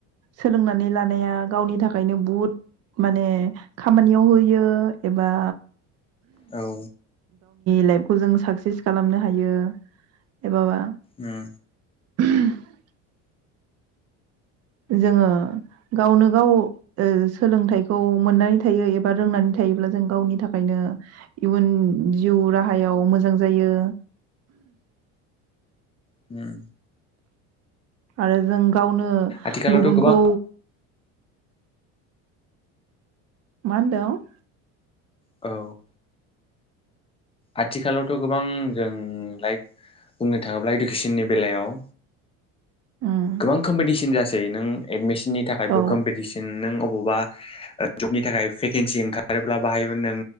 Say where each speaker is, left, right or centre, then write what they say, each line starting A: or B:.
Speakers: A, on the right; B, on the left.
A: सोलोंनानै लानाया गावनि थाखायनो बहुद माने खामानियाव होयो एबा
B: औ
A: लाइफ खौ जों साकसेस खालामनो हायो एबाबा
B: उम
A: <unintelligible> जोङो गावनो गाव ओ सोलोंथाइखौ मोननानै थायो एबा रोंनानै थायोब्ला जों गावनि थाखायनो इयुन जिउ राहायाव मोजां जायो।
B: उम
A: आरो जों गावनो
B: आथिखालावथ'
A: गुबुनखौ
B: गोबां
A: मा होनदों?
B: औ आथिखालावथ' गोबां जों लाइक बुंनो थाङोब्ला इदुकेसननि बेलायाव
A: उम
B: गोबां कम्पिदिसोन जासै नों एदमिस नि थाखायबो
A: औ
B: कम्पिदिसोन नों अब बबा ओ जबनि थाखाय भेकेन्सि ओंखारोब्ला बाहाय नों